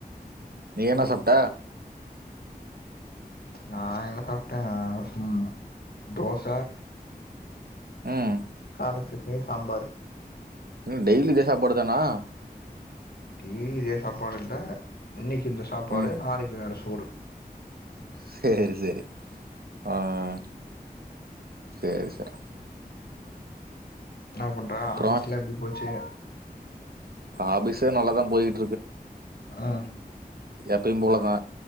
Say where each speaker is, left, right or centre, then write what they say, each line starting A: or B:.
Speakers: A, on the right; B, on the left.
A: நீ என்ன சாப்ட
B: நா என்ன சாப்ட்டே நாலா சும்மா தோச
A: ம்
B: கால சட்னி சாம்பாரு
A: நீ டெய்லி இதே சாப்பாடுதானா
B: டெய்லி இதே சாப்பாடு இல்ல இன்னக்கி இந்த சாப்பாடு
A: ம்
B: நாளைக்கு வேற சோறு
A: சேரி சேரி ஆ ஆ சேரி சேரி
B: என்ன பண்ற
A: அப்றோ
B: ஆபீஸ்லா எப்டி போச்சு
A: ஆபிஸ்ஸு நல்லதா போயிட்
B: ஆ
A: எப்பையு போலதா